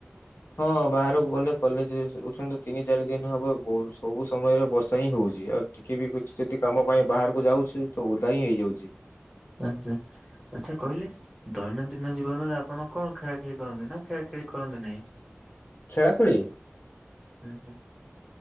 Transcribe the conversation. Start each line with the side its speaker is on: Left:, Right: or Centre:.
Left: ହଁ ବାହାରକୁ ଗଲେ କଲେଜ ଉଛନ୍ତି ତିନି ଚାରି ଦିନ ହବ ବହୁ ସବୁ ସମୟରେ ବର୍ଷା ହିଁ ହଉଛି ଆଉ ଟିକେ ବି କିଛି ଯଦି କାମ ପାଇଁ ବାହାରକୁ ଯାଉଛି ତ ଓଦା ହିଁ ହେଇଯାଉଛି।
Centre: ଆଛା। ଆଚ୍ଛା କହିଲେ ଦୈନନ୍ଦିନ ଜୀବନରେ ଆପଣ କଣ ଖେଳା ଖେଳି କରନ୍ତି ନା ଖେଳା ଖେଳି କରନ୍ତି ନାହିଁ।
Left: ଖେଳା ଖେଳି।
Centre: ଉଁ ହୁଁ।